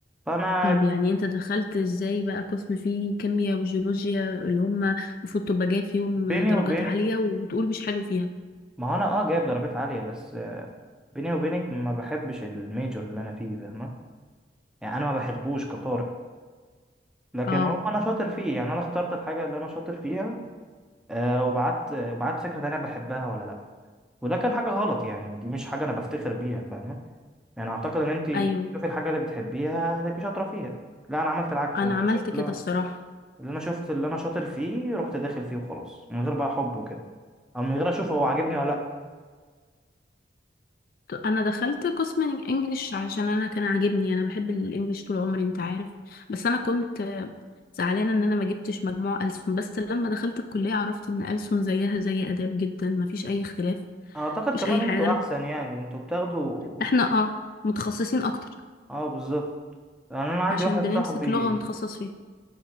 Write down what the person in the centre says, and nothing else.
فأنا
بيني
وبين
ما هو انا اه جايب درجات عالية بس آه، بيني وبينك ما بحبش الميجور اللي انا فيه فاهمة يعني انا ما بحبوش كطارئ لكن
هو انا شاطر فيه يعني انا اخترت الحاجة اللي انا شاطر فيها آه وبعت آه، بعت فكرة انا بحبها ولا لا وده كان حاجة غلط يعني دي مش حاجة انا بفتخر بيها فاهمة يعني اعتقد ان انت تشوفي
الحاجة اللي بتحبيها هتبقي شاطرة فيها لا انا عملت العكس
اللي
انا شفت
لا
اللي انا شفت اللي انا شاطر فيه رحت داخل فيه وخلاص من غير بقى حب وكده او من غير اشوف هو عاجبني ولا لا
اعتقد
كمان
انتوا
احسن
يعني انتوا بتاخدوا
اه بالظبط يعني انا عندي
واحد
صاحبي